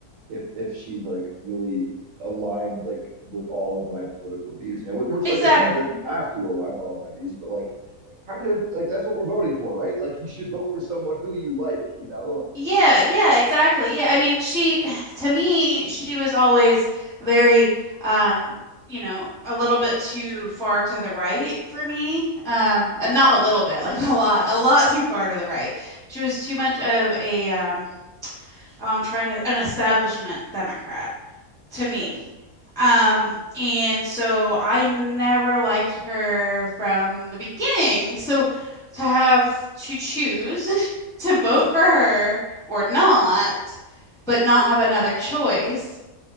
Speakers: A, on the right; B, in the centre.
A: if if if she's like really aligned like with all of my political views, you know, which, which
B: Exactly.
A: like again doesn't have to align with all of my views, but like kind of like that's what we're voting for, right? Like you should vote for someone who you like, you know, like
B: Yeah,
A: I don't
B: yeah,
A: know.
B: exactly. Yeah, I mean, she <sighs> to me, she was always very um, you know, a little bit too far to the right for me. Um, uh, not a little bit, <laughs> like a lot, a lot too far to the right. She was too much of a um, I'm trying to an establishment Democrat. to me.
A: Yes.
B: Um, and so I never liked her from the beginning. So to have to choose <laughs> to vote for her or not, but not have another choice